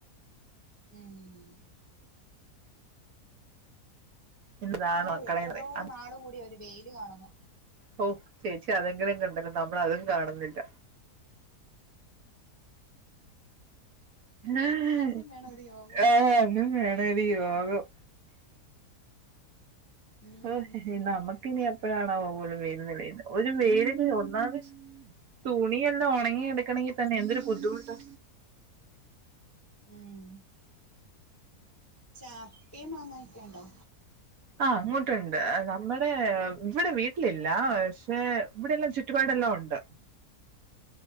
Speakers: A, on the left; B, on the right.
A: ഉം.
B: ഇന്നതാണ്
A: ഓഹ്
B: മക്കളെന്ന്
A: എത്രയോ
B: പറയും
A: നാള് കൂടി ഒരു വെയില് കാണുന്നെ
B: ഹൊ ചേച്ചി അതെങ്കിലും കണ്ടല്ലൊ നമ്മളതും കാണുന്നില്ല. ഏഹ്
A: അതിനും വേണം ഒരു യോഗംന്ന്
B: ആഹ് അയിനും വേണടി യോഗം.
A: ഉം
B: ഹോ നമ്മുക്കിനി എപ്പഴാണാവോ ഒര് വെയില്ന് വെയ് ഒര് വെയിലിന് ഒന്നാംത് തുണിയെല്ലാം ഉണങ്ങിെടുക്കണെങ്കി തന്നെ എന്തൊരു ബുദ്ധിമുട്ടോ.
A: ഉം. ചക്കിം മാങ്ങക്കെണ്ടോ
B: ആഹ് അങ്ങോട്ട്ണ്ട് നമ്മടെ ഇവിടെ വീട്ടിലില്ല ക്ഷെ ഇവിടെല്ലാം ചുറ്റുപാടെല്ലാം ഉണ്ട്.